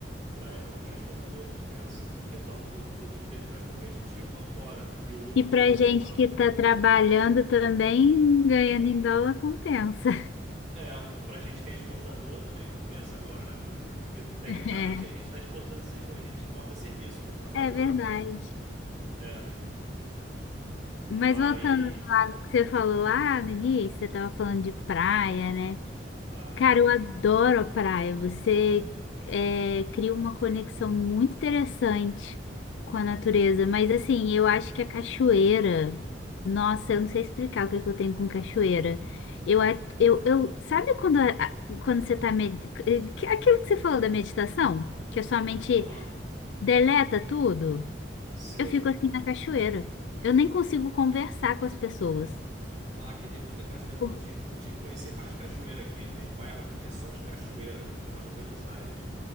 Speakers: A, on the right; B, on the left.
A: para qualquer exportador, compensa, porque torna o produto deles mais competitivo lá fora e o lucro
B: E para
A: deles
B: gente
A: se torna
B: que
A: maior.
B: está trabalhando também, ganhando em dólar, compensa.
A: É, para gente que é exportador também compensa agora, né? <laughs> Porque tecnicamente
B: <laughs>
A: a gente está exportando, se- a gente exporta serviço quando trabalha
B: É,
A: para
B: é verdade.
A: fora. É,
B: Mas
A: mas.
B: voltando lá no que você falou lá no início, você estava falando de praia, né?
A: Ah,
B: Cara, eu adoro a praia. Você é, cria uma conexão muito interessante com a natureza. Mas assim, eu acho que a cachoeira. Nossa, eu não sei explicar o que é que eu tenho com cachoeira. Eu, a- eu, eu, sabe quando, a- a- quando você tá. Med... eh, que- Aquilo que você falou da meditação? Que a sua mente
A: aham,
B: deleta tudo?
A: sei.
B: Eu fico assim na cachoeira. Eu nem consigo conversar com as pessoas.
A: Ah, aqui tem muita cachoeira.
B: Por-
A: Eu tinha, que- eu tinha que conhecer mais cachoeira aqui. Tem um bairro aqui que é só de cachoeira, chamado Buenos Aires.